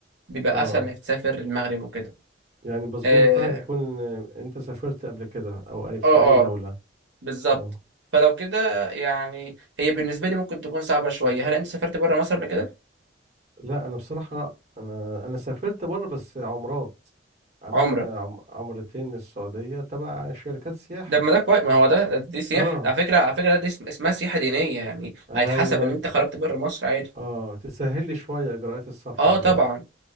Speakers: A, on the right; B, on the right.
A: بيبقى
B: اه
A: اسهل انك تسافر المغرب وكده
B: يعني الباسبور
A: اه
B: بتاعك يكون آه، انت سافرت قبل كده او اي في
A: اه
B: اي دولة
A: آه. بالظبط
B: اه
A: فلو كده يعني هي بالنسبه لي ممكن تكون صعبه شويه هل انت سافرت بره مصر قبل كده
B: لا انا بصراحة لا انا انا سافرت بره بس عمرات عملت
A: عمره
B: عم... عمرتين للسعودية تبع شركات سياحة
A: ده ما ده كويس ما هو ده ده- دي سياحه
B: اه
A: على فكره على فكره دي اسم- اسمها سياحه دينيه يعني
B: ايوه
A: هيتحسب ان انت خرجت بره مصر عادي
B: اه تسهل لي شوية اجراءات السفر
A: اه
B: دي
A: طبعا
B: بقى